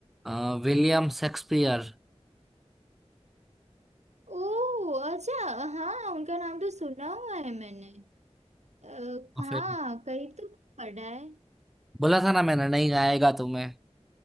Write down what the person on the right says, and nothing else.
ओ अच्छा हाँ उनका नाम तो सुना हुआ है मैंने अ, हाँ
कहीं तो पढ़ा है